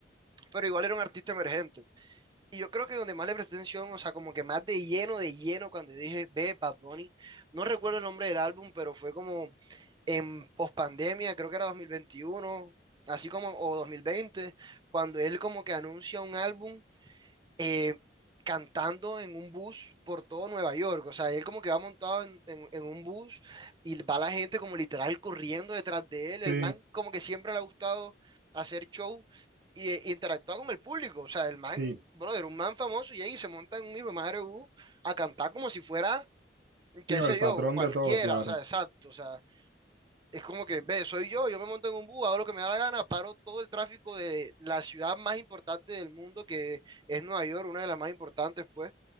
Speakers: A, on the right (about 25°); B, on the right (about 60°).
A: pero igual era un artista emergente. Y yo creo que donde más le presté atención, o sea, como que más de lleno, de lleno, cuando yo dije, ve, Bad Bunny, no recuerdo el nombre del álbum, pero fue como en pospandemia, creo que era 2021 así como, o 2020 cuando él como que anuncia un álbum eh, cantando en un bus por todo Nueva York. O sea, él como que va montado en, en- en un bus y va la gente como literal corriendo detrás de él. El
B: sí,
A: man como que siempre le ha gustado hacer show y eh, interactuar con el público. O sea, el man,
B: sí,
A: brother, un man famoso y ahí se monta en un hijo de madre bus a cantar como si fuera, qué
B: sí, o
A: sé
B: el patrón
A: yo, cualquiera.
B: de todo, claro.
A: O sea, exacto. O sea, es como que, ve, soy yo, yo me monto en un bus, hago lo que me da la gana, paro todo el tráfico de la ciudad más importante del mundo, que es Nueva York, una de las más importantes, pues,